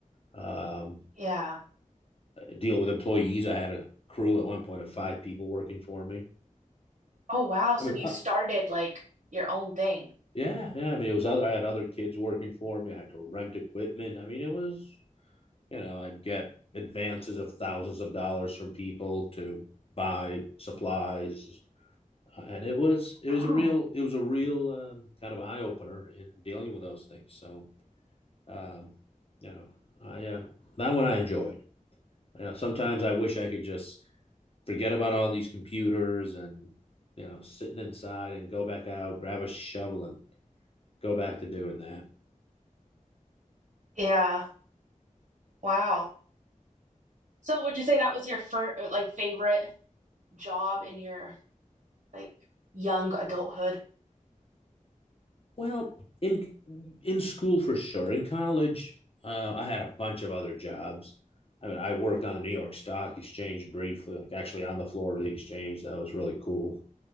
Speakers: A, on the left; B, on the right.
A: um,
B: Yeah.
A: deal with employees. I had a crew at one point of five people working for me.
B: Oh wow. So
A: I mean,
B: you
A: uh,
B: started like your own thing.
A: yeah, yeah. I mean, it was other. I had other kids working for me. I had to rent equipment. I mean, it was you know, I'd get advances of thousands of dollars from people to buy supplies, and it was it
B: Wow.
A: was a real it was a real um, kind of eye opener in dealing with those things. So, um, you know, I uh, that one I enjoyed. You know, sometimes I wish I could just forget about all these computers and you know sitting inside and go back out, grab a shovel and go back to doing that.
B: Yeah. Wow. So would you say that was your first like favorite job in your like young adulthood?
A: Well, in in school for sure. In college, uh, I had a bunch of other jobs. I mean, I worked on the New York Stock Exchange briefly, like actually on the floor of the exchange. That was really cool.